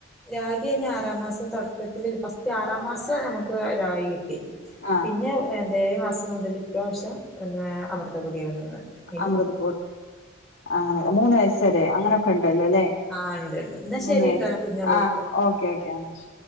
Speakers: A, in the centre; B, on the left.
A: രാഗി അന്നെ ആറാം മാസം തോട്ക്കത്തില് ഫസ്റ്റ് ആറാം മാസം നമുക്ക് രാഗി കി ട്ടി
B: ആഹ്
A: പിന്നെ എന്താ എഴു മാസം മുതല് ഇപ്രാവശ്യം അമൃതപൊടിയ തന്നെ
B: അമൃത പൊ അങ്ങനെ മൂന്ന് വയസ്സരെ അങ്ങനെക്കെ ഇണ്ടല്ലോ ലെ
A: ആഹ് ഉണ്ട് ഉണ്ട് എന്നാ
B: മൂന്ന്
A: ശരിട്ടോ
B: വയസ്
A: ഞാൻ പിന്നെ വിളിക്കാം
B: ആ ഓക്കെ ഓക്കെ എന്നാ ശ